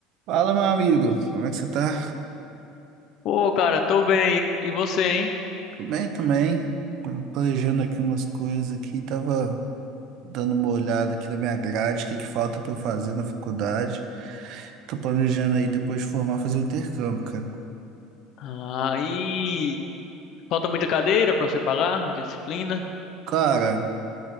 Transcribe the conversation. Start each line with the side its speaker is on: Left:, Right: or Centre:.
Right: Fala, meu amigo. Como é que você tá?
Left: Pô, cara, tô bem. E você, hein?
Right: Tudo bem também. Tava Planejando aqui umas coisas aqui, tava dando uma olhada aqui na minha grade, o que que falta pra eu fazer na faculdade. Tô planejando aí depois de formar fazer um intercâmbio, cara.
Left: Aí falta muita cadeira pra você pagar, muita disciplina.
Right: Cara,